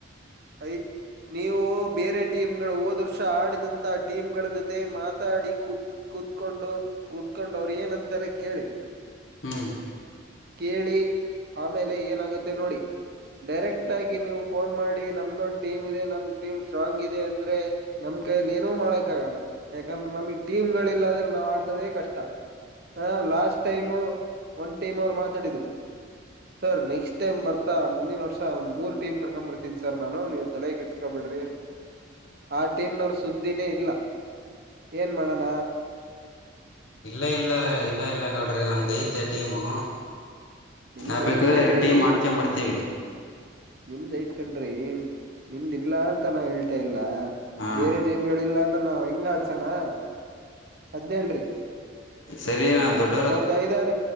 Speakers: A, on the right; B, on the left.
A: ಐ ನೀವು ಬೇರೆ ಟೀಮ್ಗಳು ಹೋದೊರ್ಷ ಆಡಿದಂತಹ ಟೀಮ್ಗಳ ಜೊತೆ ಮಾತಾಡಿ ಕೂತು ಕೂತ್ಕೊಂಡು ಕೂತ್ಕೊಂಡು ಅವ್ರು ಏನಂತಾರೆ ಕೇಳಿ.
B: ಹ್ಮ್
A: ಕೇಳಿ ಆಮೇಲೆ ಏನಾಗುತ್ತೆ ನೋಡಿ ಡೈರೆಕ್ಟ್ ಆಗಿ ನೀವು ಫೋನ್ ಮಾಡಿ ನಮ್ದೊಂದ್ ಟೀಮ್ ಇದೆ ನಮ್ ಟೀಮ್ ಸ್ಟ್ರಾಂಗ್ ಇದೆ ಅಂದ್ರೆ. ನಮ್ ಕೈಯಲ್ಲಿ ಏನೂ ಮಾಡಕ್ ಆಗಲ್ಲ ಯಾಕಂದ್ರೆ ನಮ್ಗ್ ಟೀಮ್ಗಳಿಲ್ಲಾಂದ್ರೆ ನಾವ್ ಆಡ್ಸೋದೇ ಕಷ್ಟ. ಹ ಲಾಸ್ಟ್ ಟೈಮು ಒಂದ್ ಟೀಮ್ ಅವ್ರು ಮಾತಾಡಿದ್ರು. ಸರ್ ನೆಕ್ಸ್ ಟೈಮ್ ಬರ್ತಾ ಮುಂದಿನ ವರ್ಷ ಒಂದ್ ಮೂರು ಟೀಮ್ ಕಕೊಂಡ್ ಬರ್ತೀನ್ ಸರ್ ನಾನು ನೀವು ತಲೆ ಕೆಡ ಕಬಿಡ್ರಿ ಅಂತ. ಆ ಟೀಮ್ನವ್ರ ಸುದ್ದಿನೇ ಇಲ್ಲ ಏನ್ ಮಾಡಣ.
B: ಇಲ್ಲ ಇಲ್ಲ ಇಲ್ಲ ಇಲ್ಲ ಗೌಡ್ರೆ ನಮ್ ದೈತೆ ಟೀಮು.
A: ನಿಮ್ದ್
B: ನಾವ್ ಬೇಕಂದ್ರೆ
A: ಐತ್ ಕಣ್ರಿ
B: ಎರಡು ಟೀಮ್ ಮಾಡ್ಕ್ಯಂ ಬರ್ತೀವಿ.
A: ನಿಮ್ದ್ ಐತ್ ಕಂಡ್ರಿ ನಿಮ್ದ ಇಲ್ಲಾ ಅಂತ ನಾ ಹೇಳ್ತಾ ಇಲ್ಲಾ.
B: ಹಾ
A: ಬೇರೆ ಟೀಮ್ ಗಳಿಲ್ಲಾಂದ್ರೆ ನಾವ್ ಹೆಂಗ್ ಆಡ್ಸನಾ ಅದ್ನ್ಹೇಳ್ರಿ.
B: ಸರಿ ನಾ ದೊಡ್
A: ಒಂದ್ ಐದಾರ